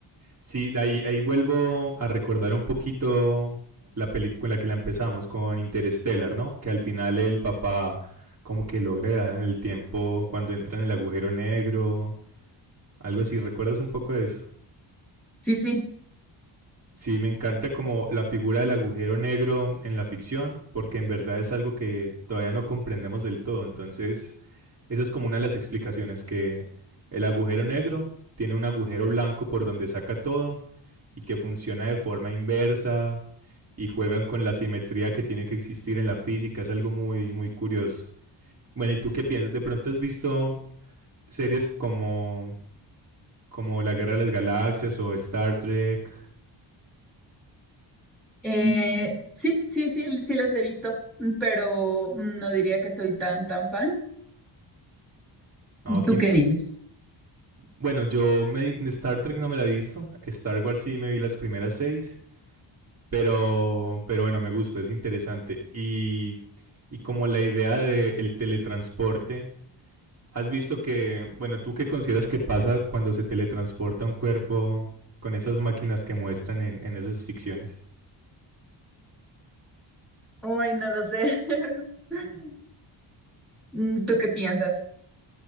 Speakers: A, on the right; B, in the centre.
A: Sí, de ahí, ahí vuelvo a recordar un poquito la película con la que la empezamos, con Interstellar, ¿no? Que al final el papá como que logra viajar en el tiempo cuando entra en el agujero negro, algo así. ¿Recuerdas un poco de eso?
B: Sí, sí.
A: Sí, me encanta como la figura del agujero negro en la ficción, porque en verdad es algo que todavía no comprendemos del todo. Entonces, esa es como una de las explicaciones que el agujero negro tiene un agujero blanco por donde saca todo y que funciona de forma inversa y juegan con la simetría que tiene que existir en la física. Es algo muy, muy curioso. Bueno, ¿y tú qué piensas? ¿De pronto has visto series como, como La Guerra de las Galaxias o Star Trek?
B: Eh, sí, sí, sí, sí las he visto, pero no diría que soy tan, tan fan.
A: No, aquí,
B: ¿Tú qué
A: no,
B: dices?
A: Bueno, yo me, Star Trek no me la he visto, Star Wars sí me vi las primeras seis, pero, pero bueno, me gusta, es interesante. Y, y como la idea del teletransporte, ¿has visto que, bueno, tú qué consideras que pasa cuando se teletransporta un cuerpo con esas máquinas que muestran en, en esas ficciones?
B: Hoy no lo sé. <laughs> Mm, ¿Tú qué piensas?